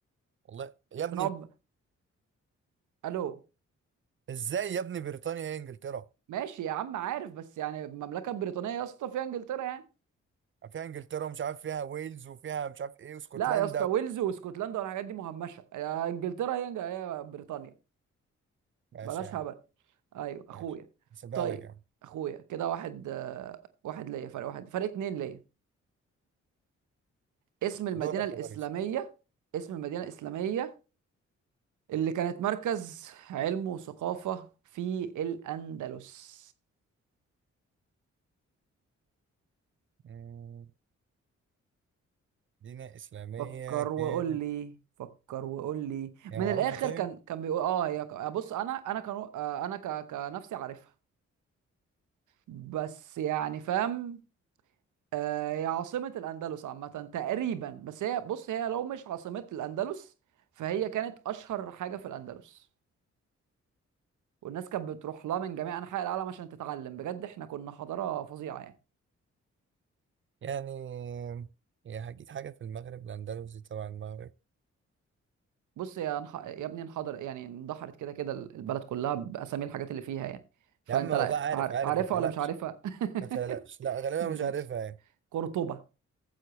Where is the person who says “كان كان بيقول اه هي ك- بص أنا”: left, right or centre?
Right